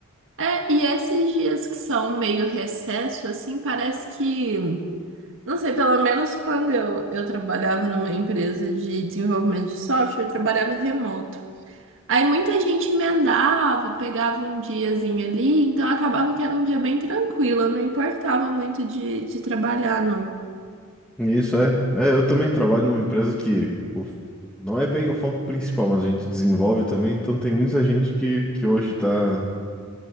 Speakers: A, on the right; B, in the centre.
A: É, e esses dias que são meio recesso, assim, parece que. Não sei, pelo menos quando eu, eu trabalhava numa empresa de desenvolvimento de software, eu trabalhava remoto. Aí muita gente emendava, pegava um diazinho ali, então acabava que era um dia bem tranquilo, eu não importava muito de, de trabalhar, não.
B: Isso é. É, eu também trabalho numa empresa que o, não é bem o foco principal, mas a gente desenvolve também, então tem muita gente que, que hoje tá